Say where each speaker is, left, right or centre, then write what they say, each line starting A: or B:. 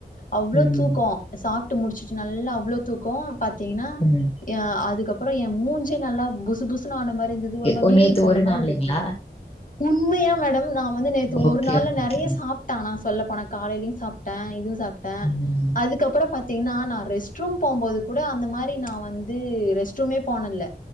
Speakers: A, on the left; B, on the left.
A: அவ்ளோ
B: ம்
A: தூக்கோ சாப்ட்டு முடிச்சுட்டு நல்லா அவ்ளோ தூக்கோ பாத்தீங்கன்னா
B: ம்
A: ஏ அதுக்கப்றோ ஏ மூஞ்சே நல்லா புசு புசுனு ஆன மாறி இருந்தது ஒரு மாரி
B: ஓ
A: வீங்கி
B: நேத்து
A: போன
B: ஒரு
A: மாரி
B: நாள்லைங்களா
A: இருந்தது மேடம் உண்மையா மேடம் நா வந்து நேத்து ஒரு
B: ஓகே
A: நாள்ல
B: ஓகே
A: நெறைய சாப் ட்ட நா சொல்ல போன காலையியு சாப்ட்டே இதுவு சாப்ட்டே
B: ம்
A: அதுக்கப்றோ பாத்தீங்கன்னா நா ரெஸ்ட் ரெஸ்ட் ரூம் போம்போது கூட அந்த மாரி நா வந்து ரெஸ்ட் ரூமே போனதில்ல